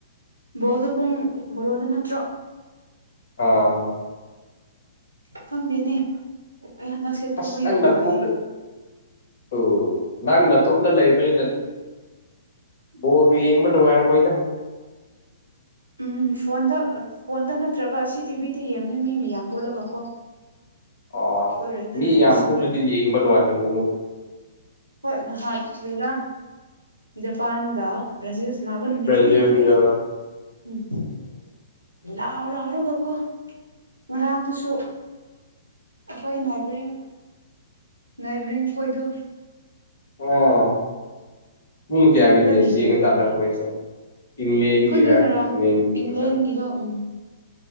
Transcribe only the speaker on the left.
ꯑꯥ
ꯑꯁ ꯅꯪ
ꯅꯇꯣꯝꯗ ꯑꯣ ꯅꯪ ꯅꯇꯣꯝꯗ ꯂꯩꯕꯅꯤꯅ ꯕꯣꯜꯒ ꯌꯦꯡꯕ ꯅꯨꯡꯉꯥꯏꯔꯝꯃꯣꯏꯗ
ꯑꯣ
ꯃꯤ
ꯌꯥꯝ ꯄꯨꯜꯂꯗꯤ ꯌꯦꯡꯕ ꯅꯨꯡꯉꯥꯏꯕꯅꯤꯍꯦ
ꯕ꯭ꯔꯥꯖꯤꯜꯒꯤꯗꯣ
ꯑꯥ
ꯍꯨꯝ ꯃꯤ
ꯀꯌꯥꯒꯤ
ꯃꯦꯁ
ꯌꯦꯡꯉꯀꯥꯟꯗ
ꯃꯣꯏꯁꯨ ꯏꯪꯂꯦꯟꯒꯤꯔ
ꯏꯪꯂꯦꯟꯒꯤꯗꯨꯗ